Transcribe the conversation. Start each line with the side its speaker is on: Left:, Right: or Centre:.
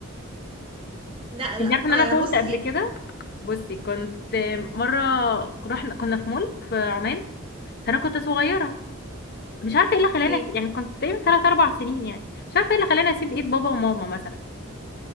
Right: لا لا
Left: انت عارفه
Right: فبصي
Left: ان انا تهت قبل كده بصي كنت مره رحنا كنا في مول في عمان فانا كنت صغيره مش عارفه ايه اللي
Right: اوكي
Left: خلاني أسيب يعني كنت تقريبا ثلاث اربع سنين يعني مش عارفه ايه اللي خلاني اسيب ايد بابا وماما مثلا